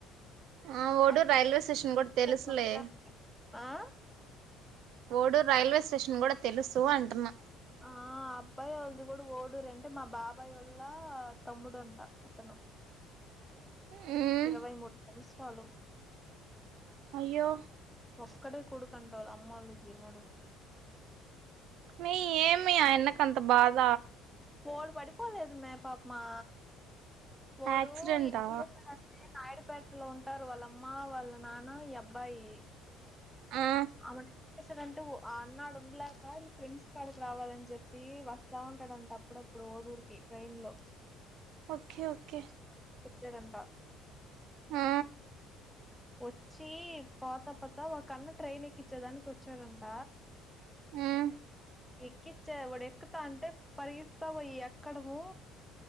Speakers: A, on the right; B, in the centre.
A: ఆ ఓడూరు
B: అంటే
A: రైల్వే స్టేషన్ కూడా తెలుసులే
B: అట్లా ఉంటారంట ఆ
A: ఓడూరు రైల్వే స్టేషన్ కూడా తెలుసు అంటున్నా
B: ఆ అబ్బాయి వాళ్ళది కూడా ఓడూరే అంటే మా బాబాయ్ వాళ్ళ లా తమ్ముడు అంటా అతను
A: మ్మ్
B: ఇరవై మూడు సంవత్స చాలు
A: అయ్యో
B: ఒక్కడే కొడుకంటా వాళ్ళ అమ్మోలకి వాడు
A: నీ ఏమి అయన్నకంత బాధ
B: వాడు పడిపోలేదుమే పాపమా ఓడు
A: యాక్సిడెంటా
B: ఏం చేసాడంటే నా పేటలో ఉంటారు వాళ్ళమ్మ వాళ్ళ నాన్న ఈ అబ్బాయి
A: ఆ
B: ఆమె సడంటు ఆ అన్న ఆడుండలేక వీళ ఫ్రెండ్స్ కాడికి రావాలని చెప్పి వస్తా ఉంటాడంట అప్పుడప్పుడు ఓడూరికి ట్రైన్ లో
A: ఓకే ఓకే
B: తడంట
A: ఆ
B: వచ్చి పోతా పోతా ఒకన్న ట్రైన్ ఎక్కిచ్చేదానికి వచ్చాడంట
A: మ్మ్
B: ఎక్కిచ్చా వాడు ఎక్కుతా అంటే పరిగిస్తా పోయి ఎక్కడము